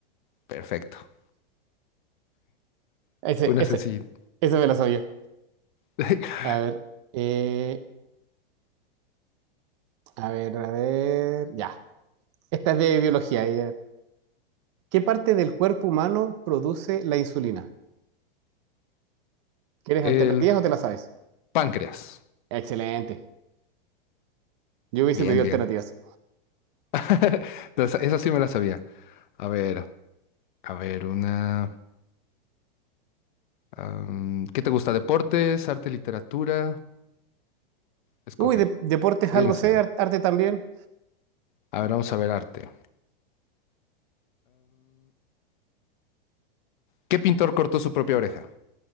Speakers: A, on the left; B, on the right.
A: Perfecto.
B: Ese,
A: Una
B: ese,
A: sencilla.
B: ese me lo sabía.
A: <laughs>
B: A ver, eh, a ver, a ver. Ya. Esta es de biología. eh. ¿Qué parte del cuerpo humano produce la insulina? ¿Quieres
A: El
B: alternativas o te las sabes?
A: páncreas.
B: Excelente. Yo hubiese
A: Bien,
B: pedido
A: bien.
B: alternativas.
A: <laughs> No, Esa, esa sí me la sabía. A ver, a ver, una... am, ¿qué te gusta? ¿Deportes, arte, literatura? Escoge.
B: Uy, de- deportes
A: Ciencia.
B: algo sé, ar- arte también.
A: A ver, vamos a ver arte. ¿Qué pintor cortó su propia oreja?